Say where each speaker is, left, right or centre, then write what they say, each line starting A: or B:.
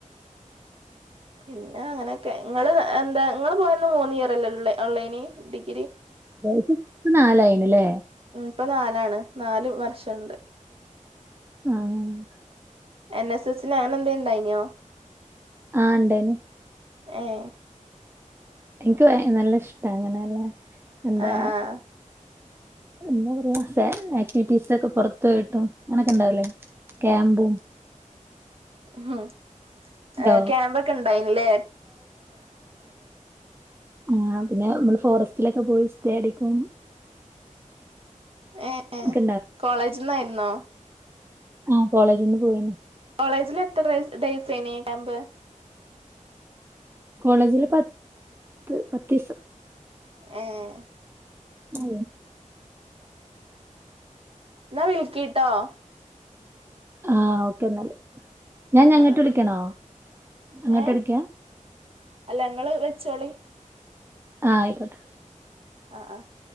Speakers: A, on the right; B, on the right.
A: പിന്നെ അങ്ങനെയൊക്കെ നിങ്ങള് എന്താ നിങ്ങ പോയന്ന് മൂന്ന് ഇയർ അല്ലേ ഓൺലൈന് ഡിഗ്രി
B: അത് നാലായിണ്ല്ലേ
A: ഉം ഇപ്പൊ നാലാണ് നാല് വർഷംണ്ട്
B: ആഹ
A: എൻ എസ് എസ് ൻ അങ്ങനെന്തേ ഉണ്ടായിനോ
B: ആഹ ഉണ്ടേനി
A: ആഹ
B: എനിക്ക് നല്ല ഇഷ്ട അങ്ങനെയല്ല എന്താ
A: ആഹ് ആഹ്
B: എന്താ പറയാ ആക്ടിവിറ്റീസ് ഒക്കെ പുറത്തു പോയിട്ടും അങ്ങനെയൊക്കെ ഉണ്ടാവലേ ക്യാമ്പും
A: ഉ
B: ണ്ടോ
A: ക്യാമ്പൊക്കെ ഉണ്ടായിനല്ലേ
B: ആ പിന്നെ നമ്മള് ഫോറസ്റ്റ് വീട്ടിലൊക്കെ പോയി സ്റ്റേ അടിക്കും
A: ഏ
B: ഒക്കെ
A: കോളേജ്ന്നായിരുന്നോ
B: ആഹ കോളേജിൽ നിന്ന് പോയിന്നേ
A: കോളേജിൽ എത്ര ഡേയ്സ് ഏനി ക്യാമ്പ്
B: കോളേജില് പത്ത് പത്ത് ദിവസം
A: ആഹ
B: ആ
A: എന്നാ വിളക്കി ട്ടോ
B: ആഹ് ഓക്കെ എന്നല്ല ഞാൻ ഞങ്ങട്ട്
A: ആഹ് ആഹ്
B: വിളിക്കണോ ഞങ്ങോട്ട്
A: ഏ
B: വിളിക്ക
A: അല്ല ങ്ങള് വെച്ചോളി
B: ആഹ് ആയിക്കോട്ടെ
A: ആഹ് ആ <unintelligible>